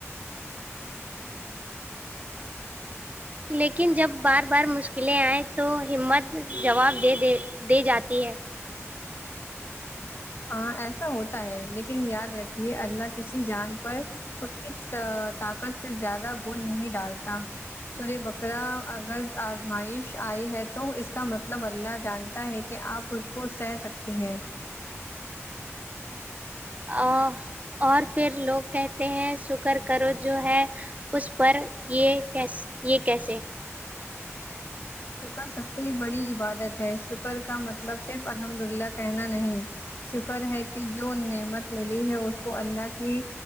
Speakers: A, on the right (about 30°); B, on the left (about 50°).
A: لیکن جب بار بار مشکلیں آئے تو ہمت جواب دے دے دے جاتی ہے
B: ہاں ایسا ہوتا ہے لیکن یاد رکھیے اللہ کسی جان پر اس کی طا طاقت سے زیادہ بوجھ نہیں ڈالتا سورہ بقرہ اگر آزمائش آئی ہے تو اس کا مطلب اللہ جانتا ہے کہ کہ آپ اس کو سہہ سکتی ہیں
A: ا اور پھر لوگ کہتے ہیں شکر کرو جو ہے اس پر یہ کیس یہ کیسے
B: شکر سب سے بڑی عبادت ہے شکر کا مطلب صرف الحمد للہ کہنا نہیں شکر ہے کہ جو نعمت ملی ہے اس کو اللہ کی